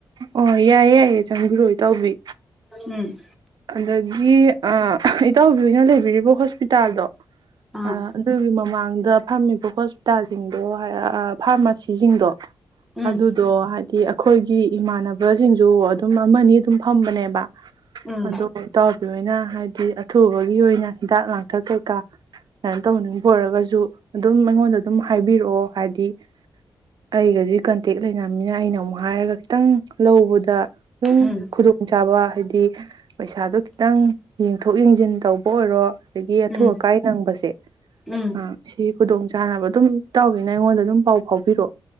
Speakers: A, on the right (about 50°); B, in the centre.
A: ꯑꯣ ꯌꯥꯏꯌꯦ ꯌꯥꯏꯌꯦ ꯆꯪꯕꯤꯔꯛꯑꯣ ꯏꯇꯥꯎꯕꯤ
B: ꯎꯝ
A: ꯑꯗꯒꯤ ꯑ ꯑꯍ ꯏꯇꯥꯎꯕꯤꯍꯣꯢꯅ ꯂꯩꯕꯤꯔꯤꯕ ꯍꯣꯁꯄꯤꯇꯥꯜꯗꯣ
B: ꯑꯥ
A: ꯑ ꯑꯗꯨꯒꯤꯃꯃꯥꯡ <unintelligible> ꯐꯝꯃꯤꯕ ꯍꯣꯁꯄꯤꯇꯥꯜ ꯑꯣ ꯍꯥꯌꯥ ꯑꯞ ꯐꯥꯔꯃꯥꯁꯤꯁꯤꯡꯗꯣ
B: ꯎꯝ
A: ꯑꯗꯨꯗꯣ ꯍꯥꯏꯗꯤ ꯑꯩꯈꯣꯏꯒꯤ ꯏꯃꯥꯟꯅꯕꯁꯤꯡꯁꯨ ꯑꯗꯨꯝ ꯑꯃꯅꯤ ꯑꯗꯨꯝ ꯐꯝꯕꯅꯦꯕ
B: ꯎꯝ
A: ꯑꯗꯣ ꯂꯣꯏꯅ ꯍꯥꯏ ꯑꯊꯨꯕꯒꯤ ꯑꯣꯏꯅ ꯍꯤꯗꯥꯛ ꯂꯥꯡꯊꯛ ꯀꯩꯀꯥ ꯀꯃꯥꯏꯅ ꯇꯧꯅꯤꯡ ꯑꯣꯢꯔꯒꯁꯨ ꯑꯗꯨꯝ ꯑꯩꯉꯣꯟꯗ ꯑꯗꯨꯝ ꯍꯥꯏꯕꯤꯔꯛꯑꯣ ꯍꯥꯏꯗꯤ ꯑꯩꯒꯗꯤ ꯀꯟꯇꯦꯛ ꯂꯩꯅꯕꯅꯤꯅ ꯑꯩꯅ ꯑꯃꯨꯛ ꯍꯥꯏꯔꯒ ꯈꯤꯇꯪ ꯂꯧꯕꯗ ꯑꯗꯨꯝ
B: ꯎꯝ
A: ꯈꯨꯗꯣꯡꯆꯥꯥꯕ ꯍꯥꯏꯗꯤ ꯄꯩꯁꯥꯗꯣ ꯈꯤꯇꯪ ꯌꯦꯡꯊꯣꯛ ꯌꯦꯡꯖꯤꯟ ꯇꯧꯕ ꯑꯣꯏꯔꯣ ꯑꯗꯒꯤ ꯑꯊꯨ
B: ꯎꯝ
A: ꯑꯀꯥꯏ ꯅꯪꯕꯁꯦ
B: ꯎꯝ
A: ꯑ ꯁꯤ- ꯈꯨꯗꯣꯡ ꯆꯥꯅꯕ ꯗꯨꯝ ꯏꯇꯥꯎꯕꯤꯅ ꯑꯩꯉꯣꯟꯗ ꯑꯗꯨꯝ ꯄꯥꯎ ꯐꯥꯎꯕꯤꯔꯛꯑꯣ